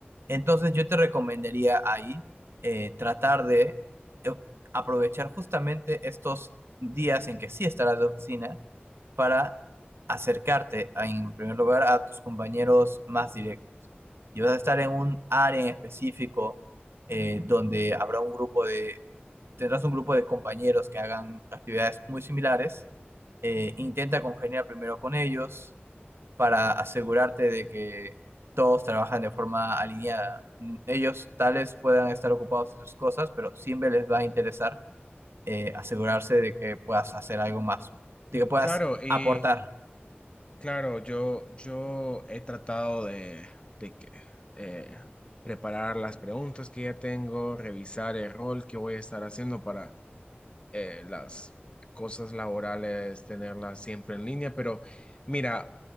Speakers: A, on the right; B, on the left.
A: Entonces yo te recomendaría ahí eh, tratar de eh, aprovechar justamente estos días en que sí estarás de oficina para acercarte, a, en primer lugar, a tus compañeros más directos. Y vas a estar en un área en específico eh, donde habrá un grupo de, tendrás un grupo de compañeros que hagan actividades muy similares. Eh, intenta congeniar primero con ellos, para asegurarte de que todos trabajan de forma alineada. Mm, Ellos tales puedan estar ocupados en sus cosas, pero siempre les va a interesar eh, asegurarse de que puedas hacer algo más, de que puedas
B: Claro, y
A: aportar.
B: claro, yo, yo he tratado de, de que, eh, preparar las preguntas que ya tengo, revisar el rol que voy a estar haciendo eh, las cosas laborales, tenerlas siempre en línea, pero mira,